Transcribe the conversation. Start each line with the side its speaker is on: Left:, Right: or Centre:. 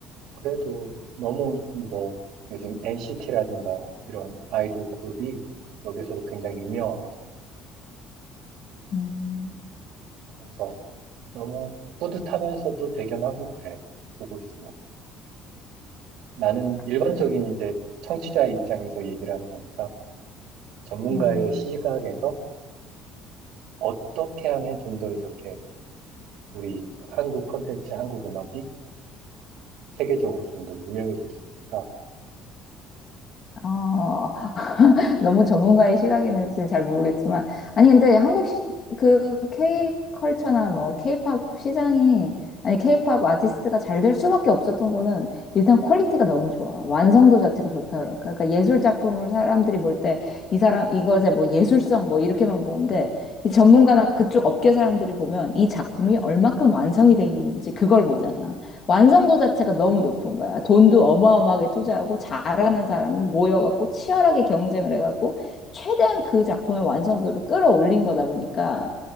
Right: 그래도 너무 뭐 요즘 NCT라든가 이런 아이돌 그룹이 여기서도 굉장히 유명하거든.
Left: 음,
Right: 그래서 너무 뿌듯하면서도 대견하고 그래. 보고 있으면. 나는 일반적인
Left: 그랬,
Right: 이제 청취자의 입장에서 얘기를 하는 거니까 전문가의
Left: 음.
Right: 시각에서 어떻게 하면 좀 더 이렇게 우리 한국 콘텐츠, 한국 음악이 세계적으로 좀 더 유명해질 수 있을까?
Left: 어, <laughs> 너무 전문가의 시각에는 지금 잘 모르겠지만, 아니, 근데 한국 시, 그 K 컬처나 뭐 K팝 시장이, 아니, K팝 아티스트가 잘 될 수밖에 없었던 거는 일단 퀄리티가 너무 좋아. 완성도 자체가 좋다. 그럴까? 그러니까 예술 작품을 사람들이 볼 때 이 사람, 이것의 뭐 예술성 뭐 이렇게만 보는데, 이 전문가나 그쪽 업계 사람들이 보면 이 작품이 얼마큼 완성이 돼 있는지 그걸 보잖아. 완성도 자체가 너무 높은 거야. 돈도 어마어마하게 투자하고 잘하는 사람을 모여갖고 치열하게 경쟁을 해갖고 최대한 그 작품의 완성도를 끌어올린 거다 보니까